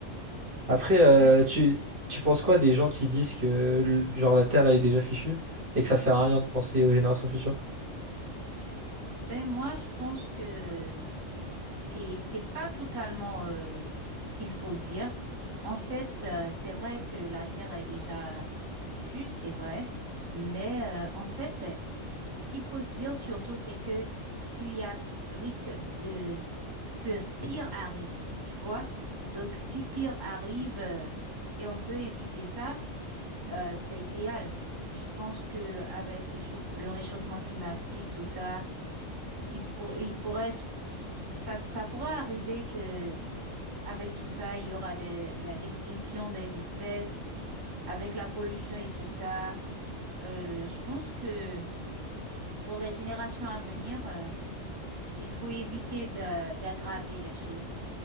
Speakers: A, on the right; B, on the right.
A: Après, euh,
B: Ben,
A: tu, tu penses quoi des gens qui disent que le- genre la Terre, elle est déjà fichue et que ça sert à rien de penser aux générations futures?
B: ben moi, je pense que c'est c'est pas totalement euh, ce qu'il faut dire. En fait, euh, c'est vrai que la Terre est déjà fichue, c'est vrai, mais euh, en fait, ce qu'il faut se dire surtout, c'est que il y a risque de que pire arrive, tu vois? Donc, si pire arrive euh, et on peut éviter ça. euh, c'est idéal. Je pense que avec l'échauffe- le réchauffement climatique, tout ça, il, se pour- il pourrait, se- ça, ça pourrait arriver que avec tout ça, il y aura des- la- l'extinction des espèces, avec la pollution et tout ça. Euh, je pense que pour les générations à venir, euh, il faut éviter d'a- d'aggraver les choses.